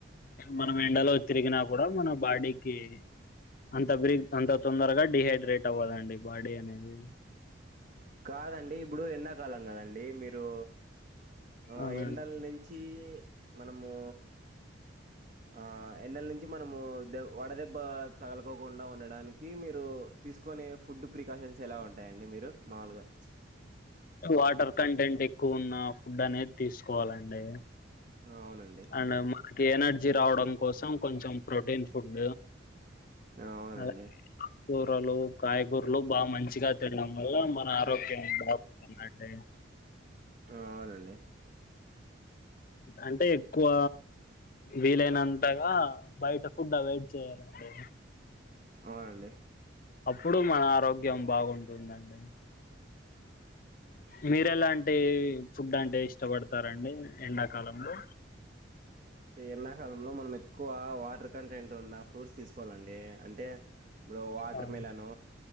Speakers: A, on the left; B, on the right.
A: మనం ఎండలో తిరిగినా కూడా మన బాడీకి అంత బ్రిడ్ అంత తొందరగా డిహైడ్రేట్ అవ్వదండి బాడీ అనేది
B: కాదండి ఇప్పుడు ఎండాకాలం కదండి మీరు ఆ
A: అవునండి
B: ఎండల నుంచి మనము ఆ ఎండల నుంచి మనము దె వడదెబ్బ తగలుకోకుండా ఉండడానికి మీరు తీసుకునే ఫుడ్ ప్రికాషన్స్ ఎలా ఉంటాయండి మీరు మాముూలుగా ప్చ్
A: వాటర్ కంటెంట్ ఎక్కువ ఉన్న ఫుడ్ అనేది తీసుకోవాలండి
B: అవునండి
A: అండ్ మనకి ఎనర్జీ రావడం కోసం కొంచెం ప్రోటీన్ ఫుడ్
B: అవునండి
A: అలా కూరలు కాయగూర్ లు బాగా మంచిగా తినడం వల్ల మన ఆరోగ్యం బాగుందండి
B: అవునండి
A: అంటే ఎక్కువ వీలైనంతగా బయట ఫుడ్ అవైడ్ చేయాలండి
B: అవునండి
A: అప్పుడు మన ఆరోగ్యం బాగుంటుందండి మీర ఎలాంటి ఫుడ్ అంటే ఇష్టపడతారండి ఎండాకాలంలో
B: అంటే ఎండాకాలంలో మనం ఎక్కువ వాటర్ కంటెంట్ ఉన్న ఫ్రూట్స్ తీసుకోవాలండి అంటే ఇప్పుడు వాటర్
A: అవును.
B: మిలన్